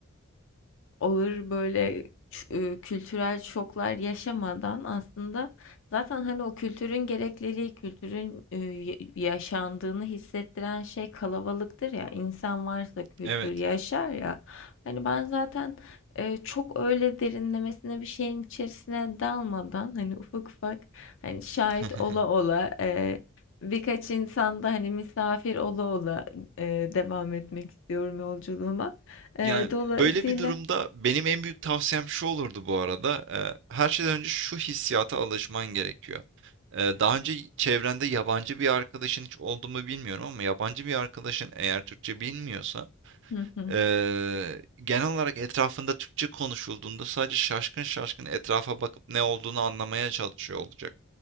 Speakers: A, on the left; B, on the right.
A: ağır böyle ç- e, kültürel şoklar yaşamadan aslında zaten hani o kültürün gerekleri, kültürün e, ya- yaşandığını hissettiren şey kalabalıktır ya. İnsan varsa kültür
B: Evet.
A: yaşar ya. Hani ben zaten e, çok öyle derinlemesine bir şeyin içerisine dalmadan hani ufak ufak hani şahit
B: <laughs>
A: ola ola e, birkaç insanda hani misafir ola ola e, devam etmek istiyorum yolculuğuma. E,
B: Yani
A: dolayısıyla
B: böyle bir durumda benim en büyük tavsiyem şu olurdu bu arada. e, her şeyden önce şu hissiyata alışman gerekiyor. E, daha önce çevrende yabancı bir arkadaşın hiç oldu mu bilmiyorum ama yabancı bir arkadaşın eğer Türkçe bilmiyorsa
A: Hı hı.
B: e, genel olarak etrafında Türkçe konuşulduğunda sadece şaşkın şaşkın etrafa bakıp ne olduğunu anlamaya çalışıyor olacak.